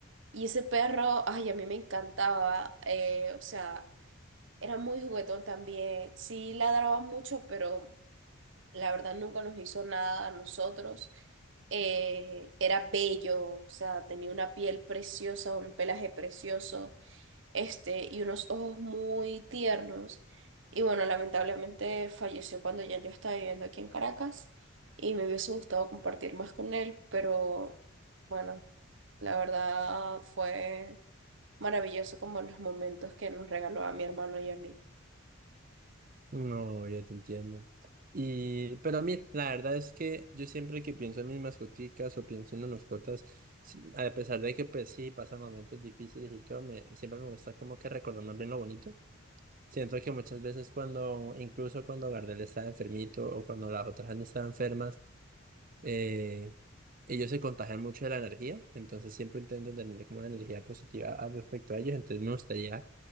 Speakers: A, on the right (about 60°); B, on the right (about 40°).
A: Y ese perro, ay, a mí me encantaba. eh, o sea, era muy juguetón también. Sí ladraba mucho, pero la verdad nunca nos hizo nada a nosotros. Eh, era bello, o sea, tenía una piel preciosa, un pelaje precioso, este, y unos ojos muy tiernos. Y bueno, lamentablemente falleció cuando ya yo estaba viviendo aquí en Caracas y me hubiese gustado compartir más con él, pero bueno, la verdad fue maravilloso como los momentos que nos regaló a mi hermano y a mí.
B: No, ya te entiendo. Y, pero mira, la verdad es que yo siempre que pienso en mis mascoticas o pienso en las mascotas, sí, a pesar de que pues sí, pasan momentos difíciles y todo, me, siempre me gusta como que recordar más bien lo bonito. Siento que muchas veces cuando, incluso cuando Gardel estaba enfermito o cuando las otras han estado enfermas, Eh, ellos se contagian mucho de la energía, entonces siempre intentan tener como una energía positiva al respecto a ellos, entonces me gustaría